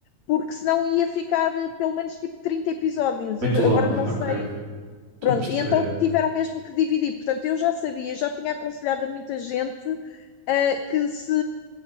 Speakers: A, on the left (about 85°); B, on the right (about 80°).
A: porque senão ia ficar uh, pelo menos tipo 30 episódios.
B: Muito
A: agora
B: longo,
A: não
B: ok.
A: sei.
B: Estou
A: Pronto,
B: a perceber.
A: e então tiveram mesmo que dividir. Portanto, eu já sabia, já tinha aconselhado a muita gente uh, que se,